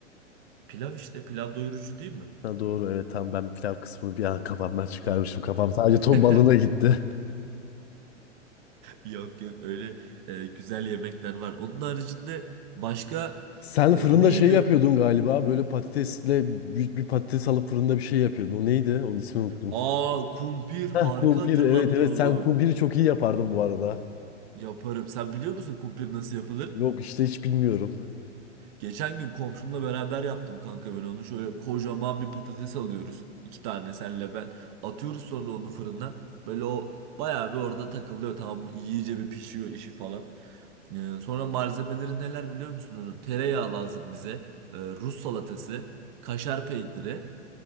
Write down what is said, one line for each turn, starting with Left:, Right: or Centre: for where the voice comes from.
Right: Pilav işte. Pilav doyurucu değil mi?
Left: Ha doğru evet tamam ben pilav kısmını bir an kafamdan çıkarmışım. Kafam sadece ton
Right: <laughs>
Left: balığına gitti.
Right: Yok yok öyle e, güzel yemekler var. Onun haricinde başka
Left: <laughs> Sen
Right: e,
Left: fırında
Right: ne yiyor?
Left: şey yapıyordun galiba. Böyle patatesle büyük bir patates alıp fırında bir şey yapıyordun. O neydi? Onun ismini unuttum.
Right: Aa kumpir
Left: Heh
Right: harika
Left: kumpir
Right: hatırlattın
Left: evet evet
Right: onu.
Left: sen kumpiri çok iyi yapardın bu arada.
Right: Yaparım. Sen biliyor musun kumpir nasıl yapılır?
Left: Yok işte hiç bilmiyorum.
Right: Geçen gün komşumla beraber yaptım kanka ben onu. Şöyle kocaman bir patates alıyoruz. iki tane senle ben. Atıyoruz sonra onu fırına. Böyle o bayağı bir orada takılıyor. Tamam iyice bir pişiyor işi falan. Ee, sonra malzemeleri neler biliyor musun onu? Tereyağı lazım bize. Ee, Rus salatası. Kaşar peyniri.